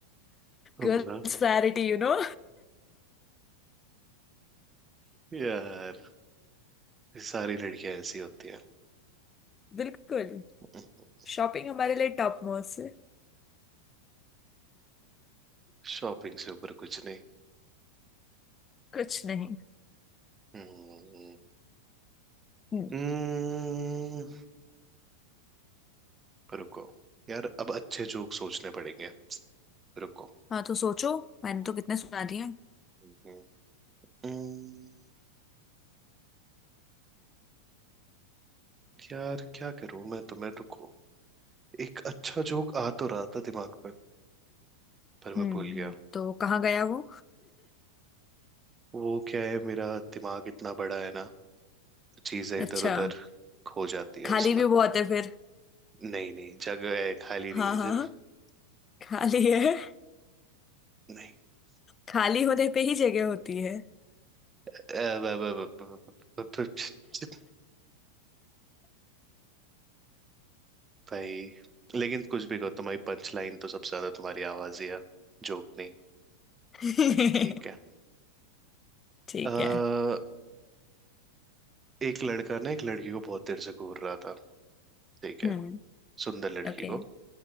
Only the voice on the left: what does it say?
Girls
priority you no
<laughs> बिल्कुल
शॉपिंग हमारे लिए टॉप मोस्ट है
कुछ नहीं
हम्म
हाँ तो सोचो मैंने तो कितने सुना दिया
हम्म
तो कहाँ गया वो
अच्छा
खाली
भी बहुत है फिर
हाँ
हाँ
हाँ। खाली है
खाली होने पे ही जगह होती है
<laughs>
ठीक
है
हम्म
ओके